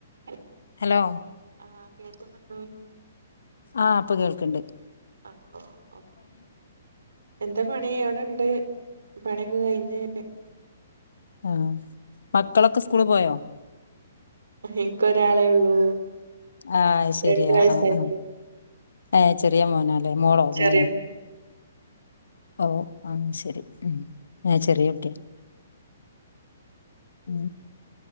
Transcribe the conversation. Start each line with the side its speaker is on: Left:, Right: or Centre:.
Right: ഹൽ
Left: ഹലോ
Right: ആഹ് കേൾക്കുന്നുണ്ടോ
Left: ആ അപ്പൊ കേൾക്ക ക്കണ്ട്
Right: <unintelligible> പണിയൊക്കെ കഴിഞ്ഞ്
Left: ആ മക്കളൊക്കെ സ്കൂള് പോയോ
Right: എനക്ക് ഒരാളെ ഉള്ളൂ
Left: ആഹ് ശെരിയാ
Right: രണ്ട് വയസ്സായിട്ടുള്ളൂ
Left: ആഹ് ആ ഹ് ചെറിയ മോനാ അല്ലെ മോളോ
Right: ചെറിയ
Left: മോനോ ഓ ആ ശരി ഞാൻ ചെറിയ കുട്ടിയ ഉ